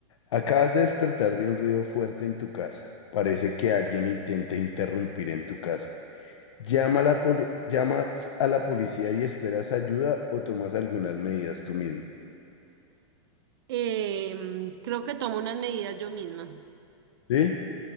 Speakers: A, on the left; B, on the right.
A: acabas de despertar de un ruido fuerte en tu casa. Parece que alguien intenta interrumpir en tu casa. Llama a la poli- ¿Llamas a la policía y esperas ayuda o tomas algunas medidas tú mismo?
B: Eh, mm, creo que tomo unas medidas yo misma.
A: ¿Sí?